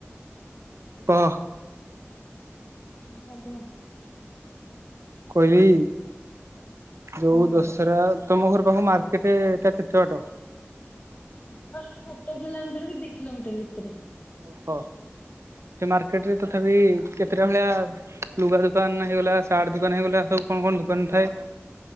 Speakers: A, on the right (about 75°); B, on the left (about 30°).
A: ପ
B: ହ କୁହ।
A: କହିବି ଯୋଉ
B: କଣ କହିବୁ
A: ଦଶହରା। ତମ ଘର ପାଖ ମାର୍କେଟଟା କେତେ ବାଟ?
B: ଜଷ୍ଟ ଗୋଟେ କିଲୋମିଟର କି ଦି କିଲୋମିଟର ଭିତରେ।
A: ଓହୋ ସେ ମାର୍କେଟ ରେ ତଥାପି କେତେଟା <unintelligible> ଲୁଗା ଦୋକାନ ହେଇଗଲା ସାର୍ଟ ଦୋକାନ ହେଇଗଲା ସବୁ କଣ କଣ ଦୋକାନ ଥାଏ?